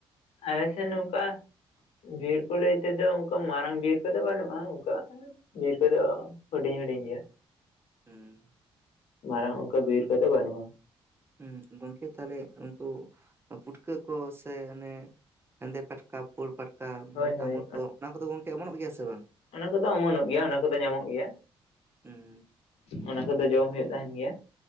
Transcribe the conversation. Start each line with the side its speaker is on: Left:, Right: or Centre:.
Left: ᱟᱞᱮ ᱥᱮᱫ ᱱᱚᱝᱠᱟ ᱵᱤᱨ ᱠᱚ ᱞᱟᱹᱭ ᱛᱮᱫᱚ ᱚᱱᱠᱟ ᱢᱟᱨᱟᱝ ᱵᱤᱨ ᱠᱚᱫᱚ ᱵᱟᱹᱱᱩᱜ-ᱟ ᱚᱱᱠᱟ ᱾ ᱵᱤᱨ ᱠᱚᱫᱚ ᱦᱩᱰᱤᱧ ᱦᱩᱰᱤᱧ ᱜᱮᱭᱟ
Right: ᱦᱮᱸ
Left: ᱢᱟᱨᱟᱝ ᱚᱱᱠᱟ ᱵᱤᱨ ᱠᱚᱫᱚ ᱵᱟᱹᱱᱩᱜ-ᱟ᱾
Right: ᱦᱮᱸ ᱜᱚᱢᱠᱮ ᱛᱟᱦᱞᱮ ᱩᱱᱠᱩ ᱯᱩᱴᱠᱟᱹ ᱠᱚ ᱥᱮ ᱚᱱᱮ ᱦᱮᱸᱫᱮ ᱯᱟᱴᱠᱟ ᱯᱩᱲ ᱯᱟᱴᱠᱟ ᱢᱚᱴᱟ
Left: ᱦᱳᱭ ᱦᱳᱭ
Right: ᱳᱫ ᱠᱚ ᱚᱱᱟ ᱠᱚᱫᱚ ᱜᱚᱝᱠᱮ ᱚᱢᱚᱱᱚᱜ ᱜᱮᱭᱟ ᱥᱮ ᱵᱟᱝ
Left: ᱚᱱᱟ ᱠᱚᱫᱚ ᱚᱢᱚᱱᱚᱜ ᱜᱮᱭᱟ ᱚᱱᱟ ᱠᱚᱫᱚ ᱧᱟᱢᱚᱜ ᱜᱮᱭᱟ
Right: ᱦᱩᱸ
Left: ᱚᱱᱟ ᱠᱚᱫᱚ ᱡᱚᱢ ᱦᱩᱭᱩᱜ ᱛᱟᱦᱮᱱ ᱜᱮᱭᱟ